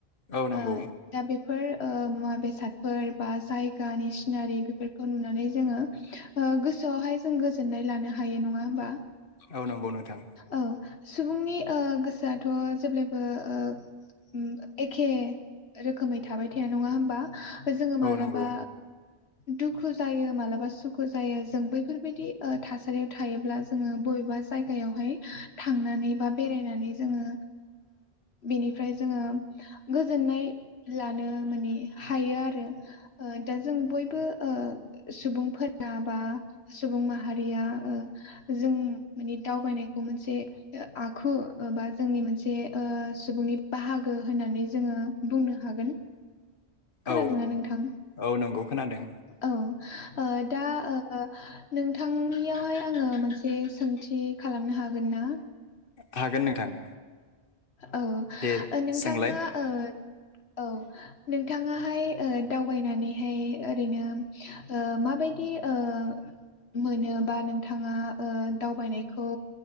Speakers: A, on the left; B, on the left.
A: औ
B: ओ
A: नंगौ
B: दा बे फोर मुवा बेसादफोर बा जायगानि सिनारि बेफोरखौ नुनानै जोङो गोसोआवहाय जों गोजोननाय लानो हायो नङा होमबा?
A: औ नंगौ नोंथां।
B: औ सुबुंनि गोसोआथ' जेब्लायबो ओ उम एखे रोखोमै थाबाय थाया नङा होनबा? जोङो मालाबा
A: औ नंगौ
B: दुखु जायो मालाबा सुखु जायो। जों बैफोरबायदि थासारियाव थायोब्ला जोङो बबेबा जायगायावहाय थांनानै बा बेरायनानै जोङो बेनिफ्राय जोङो गोजोननाय लानो माने हायो आरो। ओ दा जों बयबो ओ सुबुं फोरा बा सुबुं माहारिया ओ जों माने दावबायनायखौ मोनसे आखु बा जोंनि मोनसे सुबुंनि बाहागो होननानै जोङो बुंनो हागोन। खोनादोंना
A: औ
B: नोंथां?
A: औ नंगौ खोनादों
B: औ ओ दा ओ नोंथांनियावहाय आङो मोनसे सोंथि खालामनो हागोन ना?
A: हागोन नोंथां।
B: औ
A: दे
B: नोंथाङा
A: सोंलाय
B: ओ औ नोंथाङाहाय दावबायनानैहाय ओरैनो ओ मा माबायदि ओ मोनोबा नोंथाङा ओ दावबायनायखौ